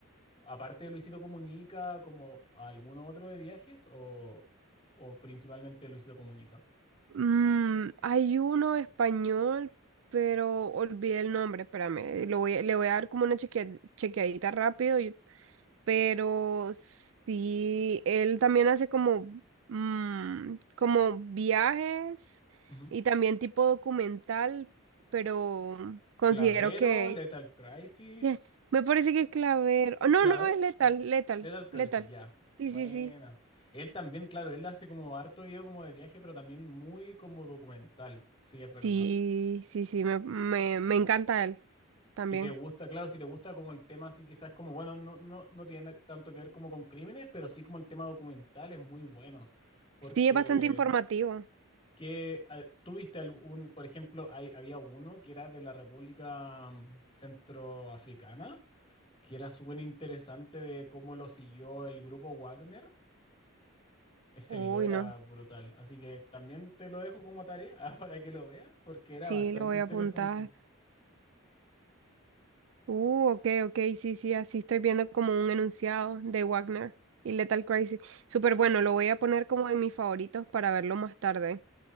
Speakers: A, on the left (about 25°); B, on the right (about 65°).
A: aparte de Luisito Comunica, como alguno otro de viajes o o principalmente Luisito Comunica?
B: Mm, hay uno español, pero olvidé el nombre, espérame. Lo voy, a- le voy a dar como una chequea- chequeadita rápido. pero sí, él también hace como, mm, como viajes
A: Ujú.
B: y también tipo documental, pero considero
A: Clavero,
B: que,
A: Lethal Crisis.
B: que- me parece que Claver, oh, no,
A: Clavero.
B: no, es Letal,
A: Ah,
B: Letal,
A: Lethal Crisis,
B: Letal,
A: ya.
B: sí,
A: Buena.
B: sí, sí,
A: Él también, claro, él hace como harto video como de viaje, pero también muy como documental. Sí, es verdad.
B: sí, sí, sí, me, me, me encanta él también.
A: Si te gusta, claro, si te gusta como el tema así, quizás como, bueno, no, no, no tiene tanto que ver como con crímenes, pero sí como el tema documental es muy bueno. Porque
B: Sí, es bastante informativo.
A: que ah, tú viste algún, por ejemplo, hay, había uno que era de la República mm, Centroafricana que era súper interesante de cómo lo siguió el grupo Wagner. Ese
B: Uy,
A: video era
B: no,
A: brutal, así que también te lo dejo como tarea <laughs> ah, para que lo veas, porque era
B: sí,
A: bastante
B: lo voy
A: interesante.
B: a apuntar. Uh, ok, ok, sí, sí, así estoy viendo como un enunciado de Wagner y Lethal Crazy. Súper bueno, lo voy a poner como en mis favoritos para verlo más tarde.